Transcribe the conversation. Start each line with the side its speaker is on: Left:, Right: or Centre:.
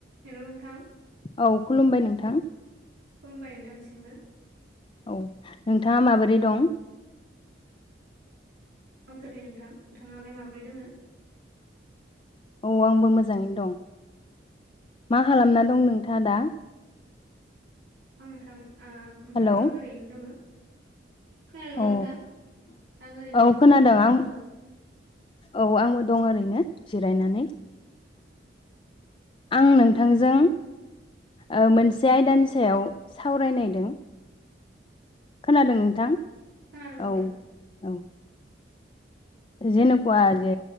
Right: हेलौ नोंथां
Left: औ खुलुमबाय नोंथां
Right: खुलुमबाय नोंथांसिमबो
Left: औ नोंथाङा माबोरै दं?
Right: माम जाखै नोंथां नोंथाङालाय माबोरै दों?
Left: औ आंबो मोजाङैनो दं मा खालामना दं नोंथाङा दा?
Right: आं नोथां आ नोंथाङा
Left: हेलौ
Right: आं ओरैनो दङ? खोनादोंना
Left: औ
Right: नोंथां आं ओरैनो
Left: औ
Right: फ्रिफाव
Left: खोनादों आं
Right: दङ।
Left: औ आंबो दं ओरैनो जिरायनानै आं नोंथांजों ओ मोनसे आयदानि सायाव सावरायनायदों। खोनादों नोंथां
Right: खोनादों नोंथां
Left: औ औ जेनेख्वा जे